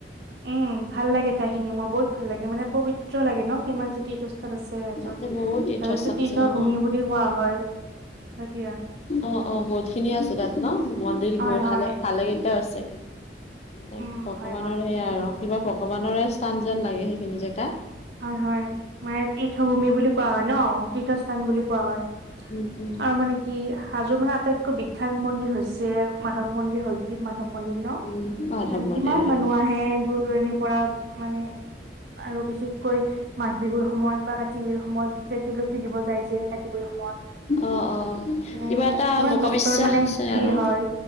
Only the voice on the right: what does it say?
উম ভাল লাগে ঠাই খিনি মোৰ বহুত ভাল লাগে মানে পবিত্ৰ লাগে ন কিমান যে তীৰ্থস্থান আছে।
ত
হাজোত তীৰ্থ
ভূমি বুলি কোৱা হয়, হয় দিয়া।
হয় হয়
উম হয়
হয়
হয় হয়, মানে তীৰ্থভূমি বুলি কোৱা হয় ন। তীৰ্থস্থান বুলি কোৱা হয়,
আৰু মানে কি হাজো মানে আটাইতকৈ বি শাল মন্দিৰ হৈছে, মাধৱ মন্দিৰ হয়গ্ৰিব মাধৱ মন্দিৰ ন
মানে
কিমান মানুহ
আ হে দূৰ দূৰণিৰ পৰা মানে আৰু বেছি গৈ মাঘ বিহুৰ সময়ত বা কাতি বিহুৰ সময়ত যে তুলসী দিব যায় যে কাতি বিহুৰ সময়ত।
মানে
কিমান
ভক্তৰ মানে ভিৰ
হয়